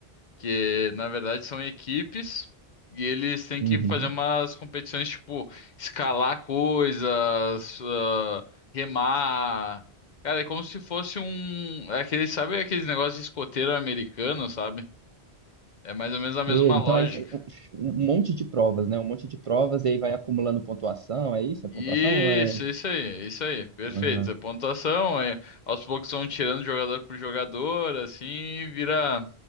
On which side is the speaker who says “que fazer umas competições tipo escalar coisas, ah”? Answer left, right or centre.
Left